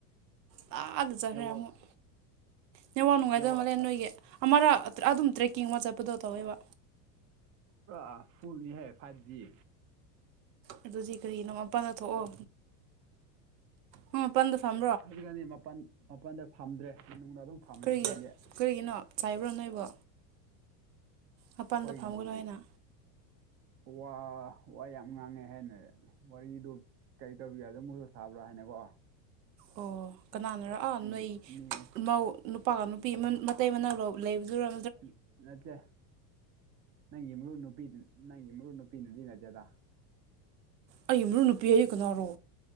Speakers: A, on the right; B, on the right.
A: ꯇꯥꯡꯅ ꯆꯟꯔꯥ
B: ꯅꯦꯠꯋꯥꯛ
A: ꯑꯃꯨꯛ ꯅꯦꯋꯥ ꯅꯨꯡꯉꯥꯏꯗꯧ
B: ꯅꯦꯠꯋꯥꯛ
A: ꯃꯥꯜꯂꯦ ꯅꯣꯏꯒꯤ ꯑꯃꯔ ꯑꯗꯨꯝ ꯇ꯭ꯔꯦꯛꯀꯤꯡ ꯑꯃ ꯆꯠꯄꯗꯣ ꯇꯧꯋꯦꯕ
B: ꯑ ꯐꯨꯜꯅꯤꯍꯦ ꯐꯥꯏꯚꯖꯤ
A: ꯑꯗꯨꯗꯤ ꯀꯔꯤꯅꯣ ꯃꯄꯥꯟꯗ ꯊꯣꯛꯑꯣ ꯍꯥ ꯃꯄꯟ ꯗ ꯊꯝ
B: ꯍꯧꯖꯤꯛꯀꯥꯟꯗꯤ ꯃꯄꯜ ꯃꯄꯜꯗ ꯐꯝꯗ꯭ꯔꯦ ꯃꯅꯨꯡꯗ ꯑꯗꯨꯝ ꯐꯝꯔꯦ
A: ꯀꯔꯤꯒꯤ
B: ꯍꯧꯖꯤꯛꯀꯥꯟꯗꯤ
A: ꯀꯔꯤꯒꯤꯅꯣ ꯆꯥꯏꯕ꯭ꯔꯥ ꯅꯣꯏꯕꯣ ꯃꯄꯥꯟꯗ
B: ꯑꯩꯈꯣꯏꯕꯨ
A: ꯐꯝꯒꯅꯣ ꯍꯥꯏꯅ
B: ꯋꯥ ꯋꯥ ꯌꯥꯝ ꯉꯥꯡꯉꯦ ꯍꯥꯏꯅ ꯋꯥꯔꯤꯗꯨ ꯀꯩ ꯇꯧꯕꯤꯌꯨ ꯑꯗꯨꯝ ꯃꯣꯏꯒ ꯁꯥꯕ꯭ꯔꯥ ꯍꯥꯏꯅꯀꯣ
A: ꯑꯣ ꯀꯅꯥꯅꯔꯥ
B: ꯃꯤ
A: ꯅꯣꯏ
B: ꯃꯤ
A: ꯃꯧ ꯅꯨꯄꯥꯒ ꯅꯨꯄꯤ ꯑꯃ ꯃꯇꯩ ꯃꯅꯥꯎ ꯔꯣ ꯂꯩꯕꯗꯨꯔ
B: ꯎꯝ ꯅꯠꯇꯦ ꯅꯪꯒꯤ ꯃꯔꯨꯞ ꯅꯨꯄꯤꯗꯨ ꯅꯪꯒꯤ ꯃꯔꯨꯞ ꯅꯨꯄꯤꯅꯗꯤ ꯅꯠꯇꯦꯗ
A: ꯑꯩꯒꯤ ꯃꯔꯨꯞ ꯅꯨꯄꯤ ꯑꯩ ꯀꯅꯥꯔꯣ